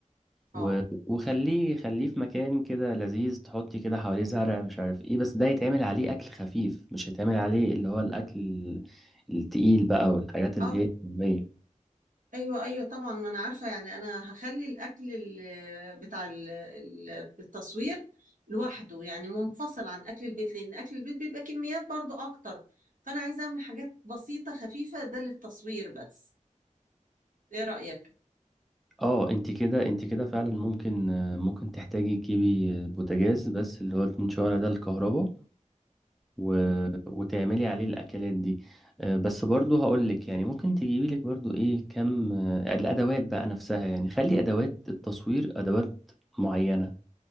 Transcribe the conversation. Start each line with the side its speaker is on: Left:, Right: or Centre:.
Centre: و...
Right: اه
Centre: وخليه خليه في مكان كده لذيذ تحطي كده حواليه زرع مش عارف ايه بس ده يتعمل عليه أكل خفيف مش هيتعمل عليه اللي هو الأكل التقيل بقى
Right: مم.
Centre: والحاجات اللي
Right: اه
Centre: هي اليومية
Right: ايوه ايوه طبعا ما انا عارفه يعني انا هخلي الاكل ال- بتاع ال- ال- التصوير لوحده يعني منفصل عن اكل البيت لان اكل البيت بيبقى كميات برضو اكتر فانا عايزه اعمل حاجات بسيطه خفيفه ده للتصوير بس ايه رايك
Centre: اه انت كده انت كده فعلا ممكن آه، ممكن تحتاجي تجيبي آه، بوتاجاز بس اللي هو اتنين شعلة ده الكهرباء و...
Right: امم
Centre: وتعملي عليه الاكلات دي آه، بس برضه هقول لك يعني ممكن تجيبي لك برضه ايه كم آه، الادوات بقى نفسها يعني خلي ادوات التصوير ادوات معينة